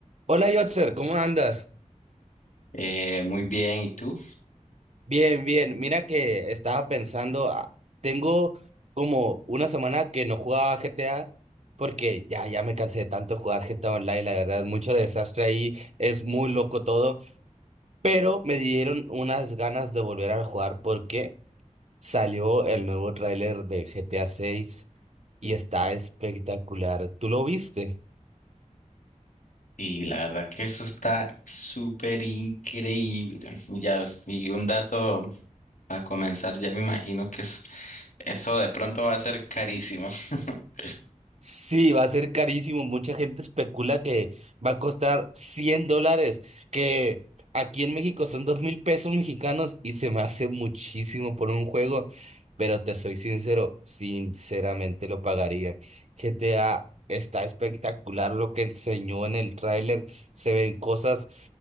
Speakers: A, on the right; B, on the left.
A: Hola Yotzer, ¿cómo andas?
B: Eh, muy bien, ¿y tú?
A: Bien, bien. Mira que estaba pensando, ah, tengo como una semana que no jugaba GTA porque ya, ya me cansé de tanto jugar GTA Online, la verdad, mucho desastre ahí, es muy loco todo, pero me dieron unas ganas de volver a jugar porque salió el nuevo tráiler de GTA 6 y está espectacular. ¿Tú lo viste?
B: Y la verdad que eso está súper increíble. Y Ya, y un dato a comenzar, ya me imagino que es, eso de pronto va a ser carísimo. <laughs>
A: Sí, va a ser carísimo. Mucha gente especula que va a costar 100 dólares, que aquí en México son dos mil pesos mexicanos y se me hace muchísimo por un juego, pero te soy sincero, sinceramente lo pagaría. GTA está espectacular lo que enseñó en el tráiler, se ven cosas